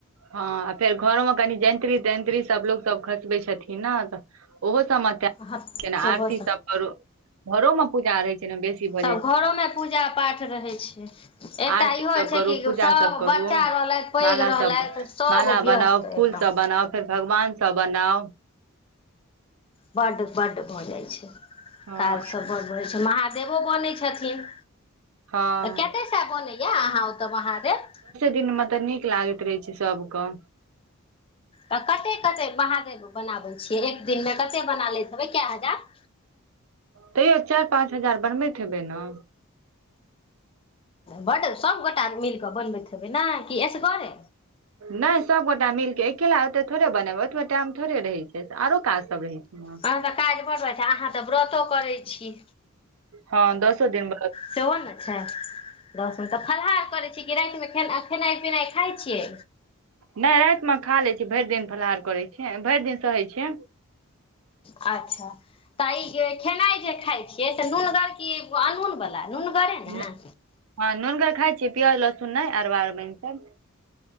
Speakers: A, on the right (about 80°); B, on the left (about 25°).
A: हँ फेर घरो मे कनि जंत्र्री तैंत्र्री सब लोग सब खसबै छथिन ने तऽ ओहो सबमे
B: हँ सेहो
A: <unintelligible> आरती सब करू घरो मे पूजा रहै छै ने बेसी भऽ
B: तब
A: जाइ छै
B: घरोमे पूजा पाठ रहै छै एकटा
A: आरती
B: इहो होइ
A: सब
B: छै
A: करू
B: कि
A: पूजा
B: सभ
A: सब करू
B: बच्चा रहलथि पैघ
A: माला
B: रहलथि
A: सब
B: सभ
A: माला
B: व्यस्त
A: बनाउ
B: एकदम
A: फूल सब बनाउ फेर भगवान सब बनाउ
B: बड्ड बड्ड भऽ जाइत छै
A: हँ
B: काजसभ बड्ड भऽ जाइत छै महादेवो बनैत छथिन
A: हँ
B: कते साय बनैया अहाँ ओतय महादेव
A: दिन मे तऽ नीक लागैत रहै छै सबके
B: तऽ कते कते महादेव बनाबैत छियै एक दिनमे कते बना लैत हेबै कए हजार
A: तैयो चारि पाँच हजार बनबैत हेबै ने
B: बड्ड सभगोटा मिल कऽ बनबैत हेबै ने कि एसगरे
A: नहि सब गोटा मिलके एकला होतऽ टाइम थोरबै रहै छै आरो काज सब रहै छै ने
B: अहाँ क तऽ काज बड़ छै अहाँ तऽ व्रतो करै छी
A: हँ दशो दिन ब
B: सेहो ने छै दस में तऽ फलाहार करै छी किरााति में खेना खेनाइ पिनाइ खाइ छियै
A: नहि राति में खा लैत छीै भरि दिन फलाहार करैत छी भरि दिन सहैत छ
B: अच्छा तऽ इ जे खेनाइ जे खाइ छियै से नूनगर की अनहुन वला नून गे ने
A: नहि, हँ नूननकगर खाय छीियै प्याज लहसुन नहि अरबारमन सब